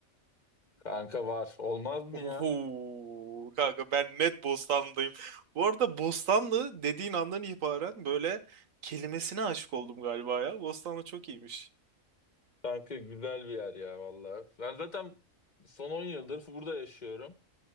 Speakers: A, on the left; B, on the right.
A: Kanka var. Olmaz mı
B: Oho,
A: ya?
B: kanka ben net Bostanlı'dayım. Bu arada Bostanlı dediğin andan itibaren böyle kelimesine aşık oldum galiba ya. Bostanlı çok iyiymiş.
A: Kanka güzel bir yer ya vallahi. Ben zaten son 10 yıldır burada yaşıyorum.